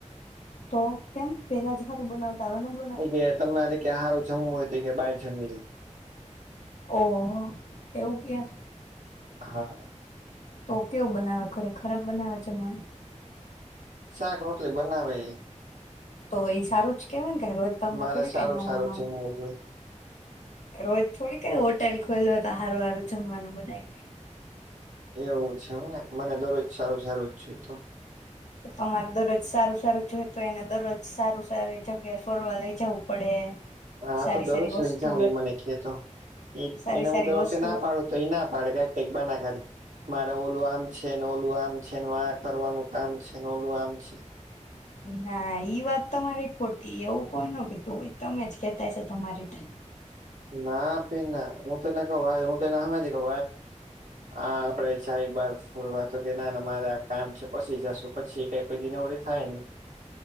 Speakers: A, on the left (about 70°); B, on the right (about 85°).
A: તો કેમ પેલા જ સારું બનાવતા આવેય બ
B: એ કે તમનેરે કે સારો જમવો હોય તો કે બાર જમી
A: ઓ એવું ક્યા.
B: હા
A: તો કેવું બનાવે ઘરે ખરાબ બનાવે છે મને.
B: શાક રોટલી બનાવે.
A: તો એ સારું જ કેવાય કે રોજ તમને
B: મારે
A: થોડી
B: સારું
A: કઈ નવું
B: સારું
A: નવું
B: છે હું
A: રોજ થોડી કઈ હોટેલ ખોલવે તો હારું હારું જમવાનું બનાવી દે.
B: એવું છેમ ને મને દરરોજ સારું સારું જ જોઈ તો
A: તો તમારે દરરોજ સારું સારું જોય તો એને દરરોજ સારું સારી જગ્યાએ ફરવા લઈ જવું પડે.
B: હા હા
A: સારી
B: તો દરરોજ
A: સારી વસ્તુ
B: લઈ જાઉ એ મને કે તો
A: સારી
B: એને હું
A: સારી
B: દર વખતે
A: વસ્તુ
B: ના પાડું. તઈ ના પાડે કંક કાઇ બહાના કાઢે. મારે ઓલું આમ છે ને ઓલું આમ છે આ કરવાનું કામ છે ને ઓલું આમ છે.
A: ના ઈ વાત તમારી ખોટી એવું કોણ કે તું હોએ તમે જ કેહેતા છો તમારી રીતે.
B: ના ભાઈ ના હું તો એને કહ્યું હું તો એને હામેથી કઉ. હા આપડે ચાઈ બાર ફોરવા તો કે ના મારે આ કામ છે પછી જશું. પછી કઈ ની પછી નવરી થાય ને